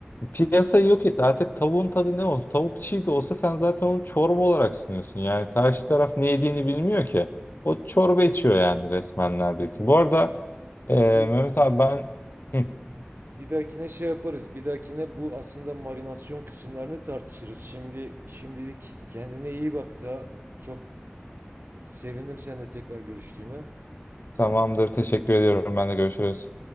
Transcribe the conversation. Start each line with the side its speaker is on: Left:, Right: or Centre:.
Left: Piyasayı yok etti. Artık tavuğun tadı ne olsun? Tavuk çiğ de olsa sen zaten onu çorba olarak sunuyorsun. Yani karşı taraf ne yediğini bilmiyor ki. O çorba içiyor yani resmen neredeyse. Bu arada e,
Right: Bir
Left: Mehmet abi ben Hı,
Right: Bir dahakine şey yaparız. Bir dahakine bu aslında marinasyon kısımlarını tartışırız. Şimdi şimdilik kendine iyi bak da çok sevindim seninle tekrar görüştüğüme.
Left: tamamdır. Teşekkür ediyorum. Ben de görüşürüz.